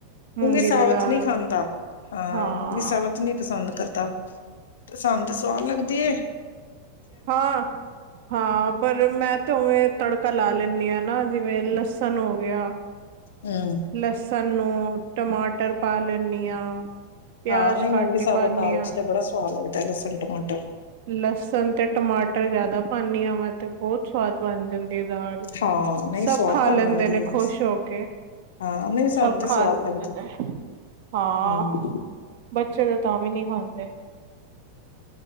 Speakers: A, on the right; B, on the left.
A: ਮੂੰਗੀ
B: ਸਾਬਤ
A: ਦੀ ਦਾਲ।
B: ਨਹੀਂ ਖਾਂਦਾ
A: ਹਾਂ।
B: ਮੂੰਗੀ ਸਾਬਤ ਨੀ ਪਸੰਦ ਕਰਦਾ। ਤੇ ਸਾਨੂੰ ਤੇ ਸਵਾਦ ਲੱਗਦੀ ਐ।
A: ਹਾਂ ਹਾਂ ਪਰ ਮੈਂ ਤੇ ਉਵੇਂ ਤੜਕਾ ਲਾ ਲੈਂਣੀ ਆਂ। ਨਾ ਜਿਵੇਂ ਲਸਣ ਹੋ ਗਿਆ
B: ਹਮ
A: ਲਸਨ ਨੂੰ ਟਮਾਟਰ ਪਾ ਲੈਂਣੀ ਆਂ। ਪਿਆਜ
B: ਹਾਂ ਨਹੀਂ ਮੂੰਗੀ
A: ਘਟ
B: ਸਾਬਤ
A: ਈ ਪਾਣੀ
B: ਦਾਲ
A: ਆਂ
B: ਚ ਤੇ ਬੜਾ ਸਵਾਦ ਲੱਗਦਾ ਲਸਣ ਟਮਾਟਰ
A: ਲਸਣ ਤੇ ਟਮਾਟ ਜਿਆਦਾ ਪਾਣੀ ਆਂ ਮੈਂ ਤੇ ਬਹੁਤ ਸਵਾਦ ਬਣ ਜਾਂਦ ਦਾਲ
B: ਹਾਂ ਨਹੀਂ
A: ਸਭ
B: ਸਵਾਦ
A: ਖਾ
B: ਬਣ
A: ਲੈਂਦੇ
B: ਜਾਂਦੀ
A: ਨੇ
B: ਹੈ
A: ਖੁਸ਼
B: ਬਸ
A: ਹੋ ਕੇ।
B: ਹਾਂ ਨਹੀਂ ਸਾਨੂੰ
A: ਸਭ
B: ਤੇ
A: ਖਾ
B: ਸਵਾਦ
A: ਲ
B: ਲੱਗਦੀ
A: <unintelligible> ਹਾਂ
B: ਹੂੰ
A: ਬੱਚੇ ਤੇ ਤਾਂ ਵੀ ਨਈਂ ਖਾਂਦੇ।